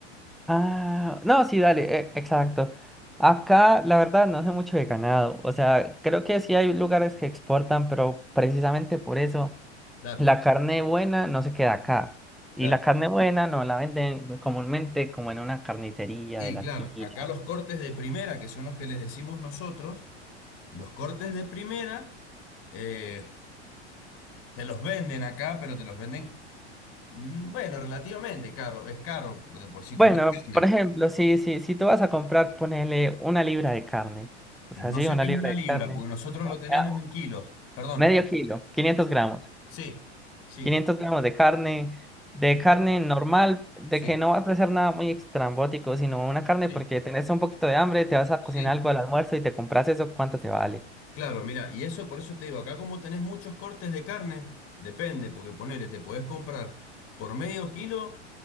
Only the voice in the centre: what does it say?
Ah, no, sí, dale, e- exacto. Acá, la verdad, no sé mucho de ganado. O sea, creo que sí hay lugares que exportan, pero precisamente por eso
la carne buena no se queda acá. Y
la carne buena no la venden comúnmente como en una carnicería
de la
esquina.
Bueno,
por ejemplo, si, si, si tú vas a comprar, ponele una libra de carne. O sea,
sí,
una
libra
de
carne.
ah,
Medio kilo, 500
gramos.
quinientos gramos de carne, de
carne normal, de
que no vas a hacer nada muy extrambótico, sino una carne
porque tenés un poquito de hambre, te vas a
cocinar algo al almuerzo y te compras eso, ¿cuánto te vale?